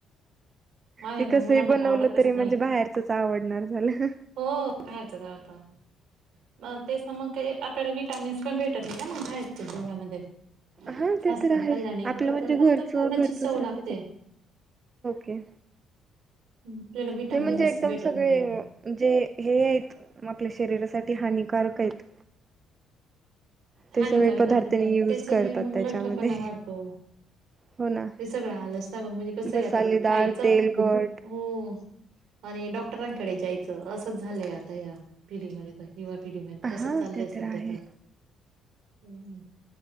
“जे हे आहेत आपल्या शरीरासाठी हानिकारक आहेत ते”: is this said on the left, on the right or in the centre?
Right